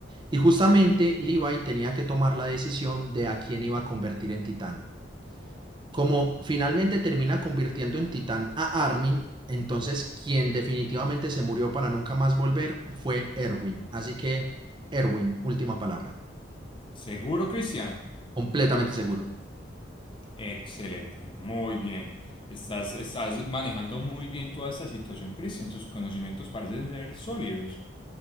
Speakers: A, on the right (about 25°); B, on the left (about 25°).
A: Y justamente Levi tenía que tomar la decisión de a quién iba a convertir en titán. Como finalmente termina convirtiendo en titán a Armin, entonces quien definitivamente se murió para nunca más volver fue Erwin. Así que, Erwin, última palabra.
B: ¿Seguro, Cristian?
A: Completamente seguro.
B: Excelente, muy bien. Estás, estás manejando muy bien toda esta situación, Cristian. Tus conocimientos parecen ser sólidos.